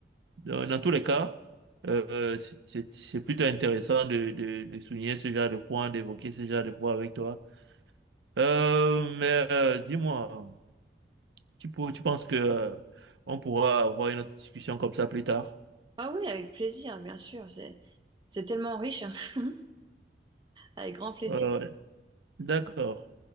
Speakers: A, on the right; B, on the right.
A: donc, dans tous les cas, euh, c'est c'est- c'est plutôt intéressant de, de, de souligner ce genre de points, d'évoquer ce genre de points avec toi. Euh, mais euh, dis-moi, tu, pour- tu penses que euh, on pourra avoir une autre discussion comme ça plus tard?
B: Ah oui, avec plaisir bien sûr, c'est c'est tellement riche, hein. <laughs> avec grand plaisir.
A: Ouais, ouais. D'accord.